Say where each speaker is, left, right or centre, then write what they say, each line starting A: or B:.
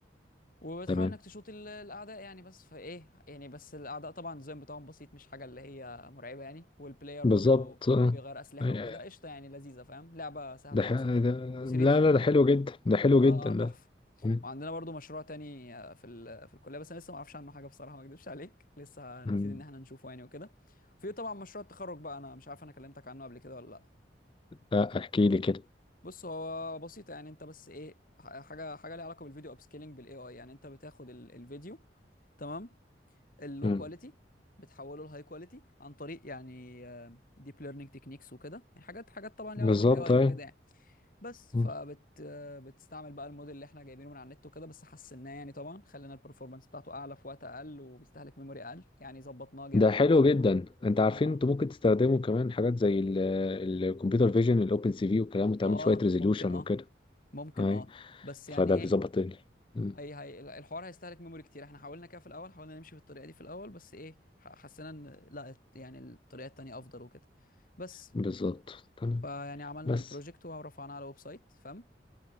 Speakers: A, on the left (about 50°); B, on the left (about 30°).
A: وبتحاول
B: تمام
A: انك تشوط ال- الاعداء يعني بس فايه يعني بس الاعداء طبعا الديزاين بتاعهم بسيط مش حاجه اللي هي مرعبه يعني والبلاير
B: بالظبط
A: برضو
B: اه
A: بيغير اسلحه
B: أي-
A: وكده قشطه يعني لذيذه فاهم لعبه سهله
B: ده,
A: وبسيطه
B: ح... ده
A: و3 دي
B: لا لا ده حلو جدا ده حلو
A: اه
B: جدا
A: اه
B: ده
A: تحفه
B: مم.
A: وعندنا برضو مشروع تاني آه، في ال- في الكليه بس انا لسه ما اعرفش عنه حاجه بصراحه ما اكدبش عليك لسه هنبتدي
B: مم.
A: ان احنا نشوفه يعني وكده في طبعا مشروع التخرج بقى انا مش عارف انا كلمتك عنه قبل كده ولا لا
B: لا احكي لي كده
A: بص هو بسيطه يعني انت بس ايه ح- حاجه حاجه ليها علاقه بالفيديو اب سكيلينج بالاي اي يعني انت بتاخد ال- الفيديو تمام اللو
B: مم.
A: كواليتي بتحوله لهاي كواليتي عن طريق يعني ديب ليرنينج تكنيكس وكده يعني حاجات حاجات طبعا ليها
B: بالظبط
A: علاقه بالاي اي
B: ايوه
A: وكده يعني بس
B: مم.
A: فبت آه، بتستعمل بقى الموديل اللي احنا جايبينه من على النت وكده بس حسناه يعني طبعا خلينا البرفورمانس بتاعته اعلى في وقت اقل وبيستهلك ميموري اقل يعني ظبطناه جامد
B: ده حلو
A: قوي بصراحه
B: جدا انت عارفين
A: اه
B: انتوا ممكن تستخدموا كمان حاجات زي الكمبيوتر فيجن الاوبن سي في والكلام وتعمل
A: اه
B: شويه ريزوليوشن
A: ممكن اه
B: وكده
A: ممكن
B: اي
A: اه بس
B: فده
A: يعني ايه
B: بيظبط ال- مم.
A: هي هي الحوار هيستهلك ميموري كتير احنا حاولنا كده في الاول حاولنا نمشي في الطريقه دي في الاول بس ايه ح- حسينا ان لا الت- يعني الطريقه التانيه افضل وكده بس
B: بالظبط تمام
A: فيعني عملنا
B: بس
A: البروجكت ورفعناه على الويب سايت فاهم